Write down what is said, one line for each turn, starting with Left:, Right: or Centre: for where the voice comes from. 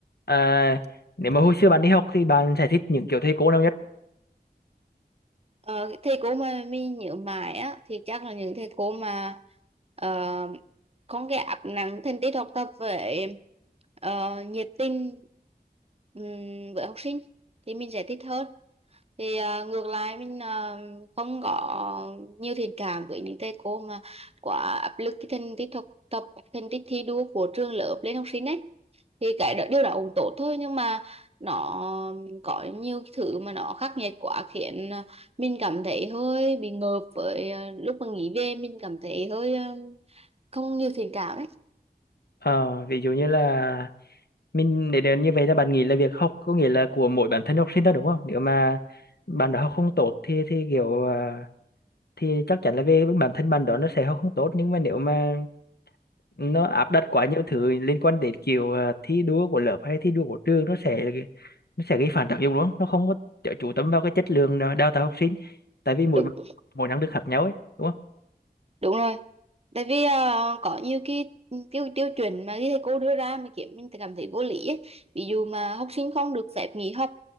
Left: À, nếu mà hồi xưa bạn đi học thì bạn sẽ thích những kiểu thầy cô nào nhất?
Right: Ờ, thầy cô mà mình nhớ mãi á thì chắc là những thầy cô mà ờ, không cái áp nặng thành tích học tập với ờ, nhiệt tình ừm, với học sinh thì mình sẽ thích hơn thì à, ngược lại mình à, không có nhiều thiện cảm với những thầy cô mà quá áp lực cái thành tích học tập thành tích thi đua của trường lớp lên học sinh ấy thì cái đó, điều đó cũng tốt thôi nhưng mà nó có nhiều cái thứ mà nó khắc nghiệt quá khiến à, mình cảm thấy hơi bị ngợp với à, lúc mà nghỉ về mình cảm thấy hơi à, không nhiều thiện cảm ấy
Left: Ờ, ví dụ như là mình để đến như vậy là bạn nghĩ là việc học có nghĩa là của mỗi bản thân học sinh đó đúng không? Nếu mà bạn đã học không tốt thì thì kiểu à, thì chắc chắn là về bản thân bạn đó nó sẽ học không tốt nhưng mà nếu mà nó áp đặt quá nhiều thứ liên quan đến kiểu à, thi đua của lớp hay thi đua của trường nó sẽ là cái- nó sẽ gây phản tác dụng đúng không? Nó không có chú tâm vào cái chất lượng đào tạo học sinh tại vì mỗi
Right: đúng
Left: mỗi năng lực khác nhau ấy đúng không?
Right: đúng rồi tại vì ờ, có nhiều cái tiêu tiêu chuẩn mà cái thầy cô đưa ra mà khiến mình cảm thấy vô lý ấy. ví dụ mà học sinh không được phép nghỉ học